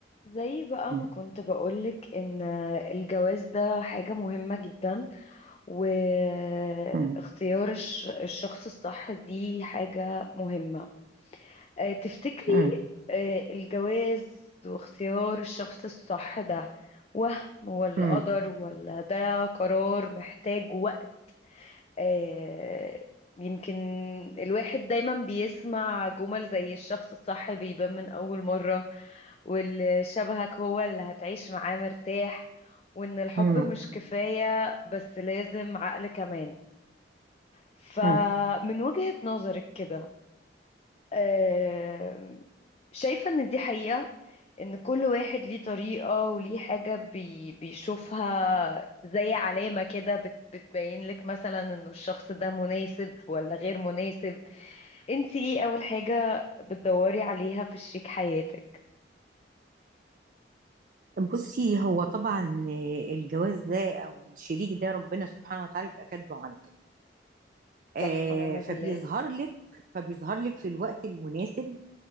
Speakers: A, on the left (about 35°); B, on the right (about 50°).
A: زي بقى
B: مم.
A: ما كنت بقولك ان الجواز ده حاجة مهمة جدا واختيار
B: مم.
A: الش- الشخص الصح دي حاجة مهمة آه، تفتكري
B: مم.
A: آه، الجواز واختيار الشخص الصح ده وهم ولا
B: مم.
A: قدر ولا ده قرار محتاج وقت آه، يمكن الواحد دايما بيسمع جمل زي الشخص الصح بيبان من أول مرة واللي شبهك هو اللي هتعيش معاه مرتاح وإن الحب
B: مم.
A: مش كفاية بس لازم عقل كمان فمن
B: مم.
A: وجهة نظرك كده آم، شايفة ان دي حقيقة ان كل واحد ليه طريقة وليه حاجة بي بيشوفها زي علامة كده بت بتبين لك مثلا ان الشخص ده مناسب ولا غير مناسب انتي ايه اول حاجة بتدوري عليها في شريك حياتك
B: بصي هو طبعا الجواز ده او الشريك ده ربنا سبحانه وتعالى بيبقى كاتبه عنده آه
A: صح ونعم
B: فبيظهر
A: بالله
B: لك فبيظهر لك في الوقت المناسب